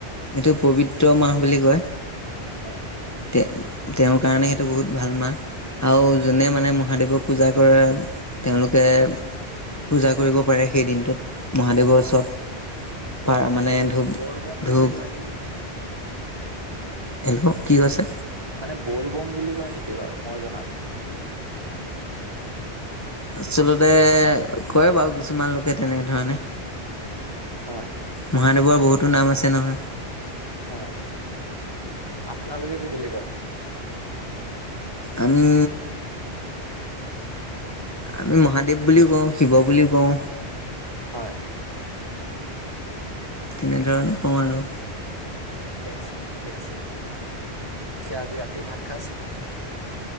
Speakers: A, on the left; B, on the right.
A: এইটো পবিত্ৰ মাহ বুলি কয়।
B: হয়
A: তে তেওঁৰ কাৰণে সেইটো বহুত ভাল মাহ। আৰু যোনে মানে মহাদেৱক পূজা কৰে তেওঁলোকে পূজা কৰিব পাৰে সেই দিনটোত মহাদেৱৰ
B: হয়
A: ওচৰত পাৰ
B: কিবা
A: মানে
B: বল
A: ধূপ-
B: <unintelligible>
A: ধূপ
B: বুলি কয় নেকি
A: <unintelligible> কি কৈছে
B: মানে বল বম বুলি কয় নেকি বাৰু মই জনাত
A: আচলতে কয় বাৰু কিছুমান লোকে তেনেধৰণে।
B: হয়
A: মহাদেৱৰ বহুতো নাম আছে নহয়
B: হয় হয় আপোনালোকে কি বুলি কয়?
A: আমি আমি মহাদেৱ বুলিও কওঁ, শিৱ বুলিও কওঁ
B: হয়।
A: তেনেধৰণে কওঁ আৰু
B: ঠিকে আছে ঠিকে আছে, পিছে আজি ৰাতি ভাত সাজ